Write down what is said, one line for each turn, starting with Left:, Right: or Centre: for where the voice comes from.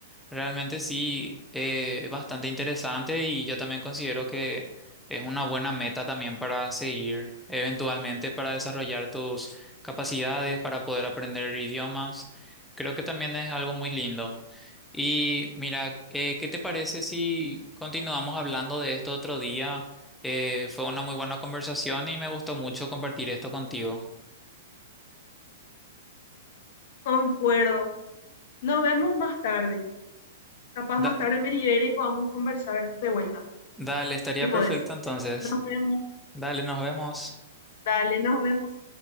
Centre: Realmente sí, eh, es bastante interesante y yo también considero que es una buena meta también para seguir eventualmente para desarrollar tus capacidades, para poder aprender idiomas. Creo que también es algo muy lindo. Y mira, eh, ¿qué te parece si continuamos hablando de esto otro día? Eh, fue una muy buena conversación y me gustó mucho compartir esto contigo.
Left: Concuerdo. Nos vemos más tarde. Capaz
Centre: Da-
Left: más tarde me libere y podamos conversar de vuelta.
Centre: dale, estaría
Left: Si podés.
Centre: perfecto entonces.
Left: Nos vemos.
Centre: Dale, nos vemos.
Left: Dale, nos vemos.